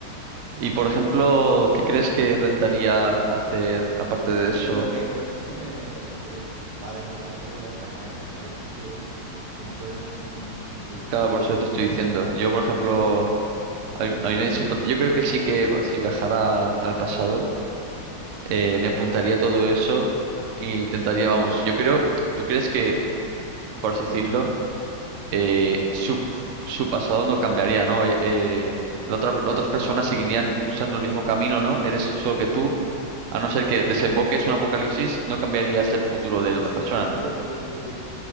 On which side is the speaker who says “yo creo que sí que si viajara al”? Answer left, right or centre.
Right